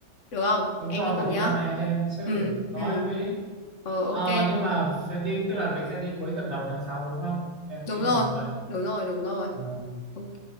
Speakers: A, on the left; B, on the right.
A: được không?
B: Đúng
A: Em
B: rồi
A: đi cùng
B: phải đi
A: nhá.
B: ba ngày hai đêm chứ.
A: Ừ,
B: Có
A: ừ.
B: em đi.
A: Ờ ok.
B: Ờ, nhưng mà sẽ đi tức là mình sẽ đi cuối tuần đầu tháng 6 đúng không? Em nghĩ
A: đúng rồi
B: là như vậy.
A: đúng rồi đúng rồi
B: Ờ,
A: ok